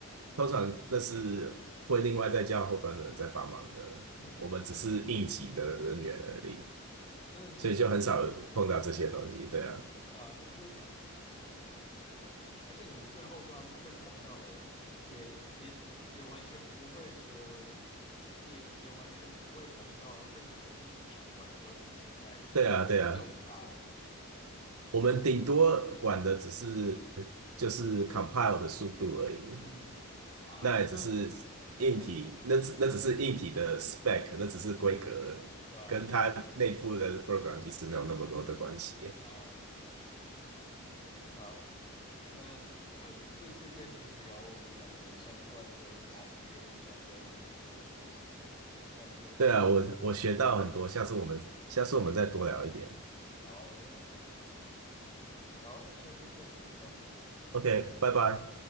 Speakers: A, on the right; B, on the left.
A: 通常那是会另外再叫后端的人在帮忙的，
B: 嗯，
A: 我们只是应急的人员而已，
B: 真的就是两个，
A: 所以就很少碰到这些东西。对啊，
B: 对啊，真的就是两个产业，而而且你们最后端会碰到的也，也也完全不会说，也也完全不会碰到任何硬体相关的，都只是在
A: 对啊，对啊。
B: 用它而已。
A: 我们顶多管的只是就是 compile 的速度而已，
B: 嗯，啊，
A: 那也只是硬体，
B: <laughs> 港派有速度，
A: 那只那只是硬体的 spec，那只是规格，
B: 对啊，
A: 跟它内部的 program 其实没有那么多的关系。
B: 啊，好。那呃，这次跟你聊我们两个相关的产业，互相交意见，我觉得蛮开心的。我们下次再一起聊。
A: 对啊，我我学到很多，下次我们下次我们再多聊一点。
B: 嗯，好，没问题。好，那下次见，拜拜。
A: OK，拜拜。